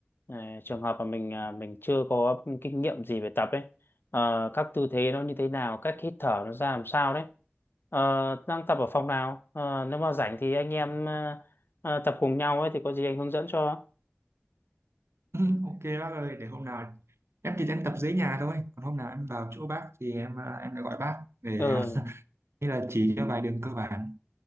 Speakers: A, on the left; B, on the right.
A: Ờ, trường hợp mà mình à, mình chưa có kinh nghiệm gì về tập ấy, Ờ, các tư thế nó như thế nào, cách hít thở nó ra làm sao đấy. Ờ, đang tập ở phòng nào? Ờ, nếu mà rảnh thì anh em ờ, ờ, tập cùng nhau ấy thì có gì anh hướng dẫn cho.
B: <laughs> Ok bác ơi để hôm nào em chỉ đang tập dưới nhà thôi còn hôm nào em vào chỗ bác thì em ờ, em sẽ gọi bác để
A: ừ,
B: ờ, như là chỉ cho vài đường cơ bản